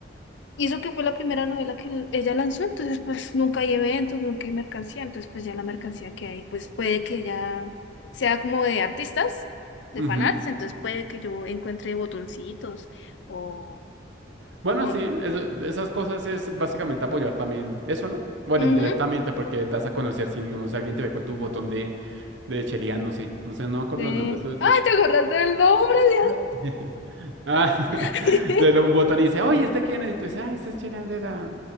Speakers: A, on the left (about 75°); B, on the right (about 75°).
A: Y eso que fue la primera novela que l- ella lanzó, entonces pues nunca hay eventos, nunca hay mercancía, entonces pues ya la mercancía que hay, pues puede que ya sea como de artistas, de
B: ujú.
A: fanarts, entonces puede que yo encuentre botoncitos o...
B: Bueno,
A: o
B: sí, eso- esas cosas es básicamente apoyar también eso, ¿no? Bueno,
A: ujú,
B: indirectamente, porque das a conocer si, digamos, si alguien te ve con tu botón de, de Chelian, no sé, no sé, no me acuerdo
A: de...
B: los nombres. esos
A: ¡Ay,
B: de-
A: te acordaste del nombre, Dios
B: <laughs> Ah, <laughs>
A: mío!
B: de
A: <laughs>
B: lo- un botón y dice, oye, ¿este quién es? Y tú dices, ah, este es Chelian de la...